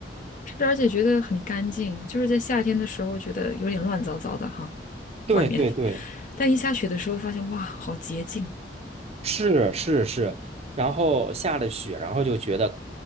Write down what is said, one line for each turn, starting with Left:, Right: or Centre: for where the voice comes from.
Left: 是，而且觉得很干净，就是在夏天的时候觉得有点乱糟糟的哈。
Right: 对对对，
Left: 外面，但一下雪的时候发现，哇，好洁净，
Right: 是是是。然后下了雪，然后就觉得，